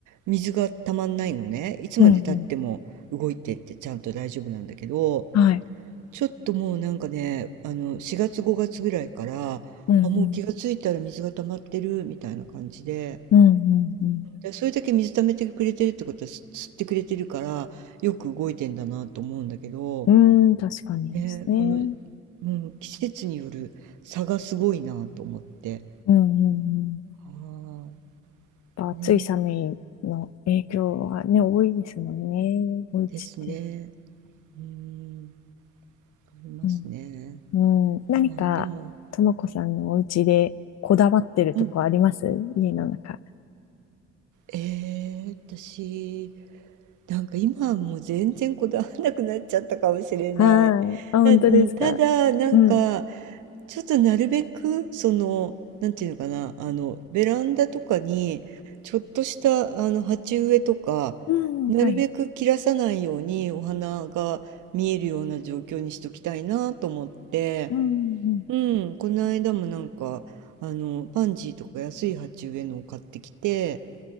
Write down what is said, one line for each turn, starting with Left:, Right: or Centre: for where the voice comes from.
Right: 水がたまんないのねいつまでたっても動いてってちゃんと大丈夫なんだけど
Left: うんうん。はい。
Right: ちょっともうなんかねあの4月5月ぐらいからあもう気がついたら水が溜まってるみたいな感じで。
Left: うんうん。うんうんうん。
Right: でそれだけ水溜めてくれてるってことはす吸ってくれてるからよく動いてんだなと思うんだけど、
Left: うーん、確かにですね。
Right: ね、この、うん、季節による差がすごいなと思って。
Left: うんうんうん。
Right: は
Left: やっぱ暑い寒いの影響はね、
Right: あ、ね、なんか
Left: 多いですもんね。お家って。
Right: ですね。うん、ありますね。
Left: うん。うん、何か、
Right: ああ、でも、
Left: ともこさんのお家でこだわってるとこあります家の中。
Right: うん、えー、私、なんか今はもう全然こだわらなくなっちゃったかもしれない。
Left: はい。あ、本当ですか。
Right: なうんただ、なんか、
Left: うん。
Right: ちょっとなるべく、その、なんていうのかな、あの、ベランダとかに、ちょっとした、あの、鉢植えとか、
Left: うん、
Right: なるべく切らさないようにお花が見えるような状況にしときたいなと思って、
Left: はい。うん、
Right: うん、この間もなんか、あの、パンジーとか安い鉢植えのを買ってきて、